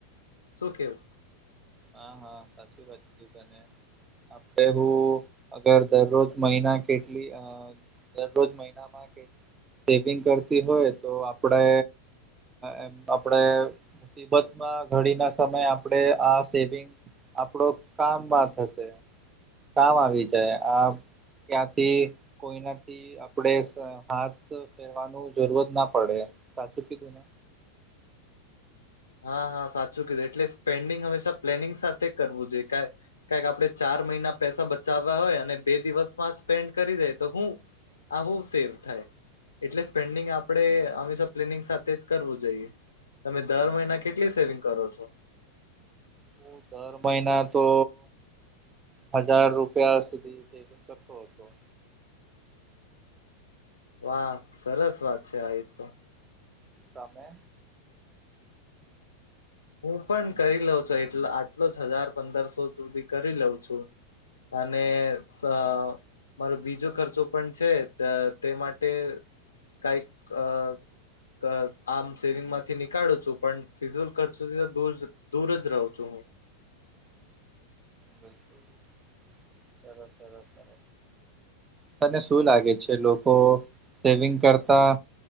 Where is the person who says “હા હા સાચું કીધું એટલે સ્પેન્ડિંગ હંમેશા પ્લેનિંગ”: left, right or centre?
Left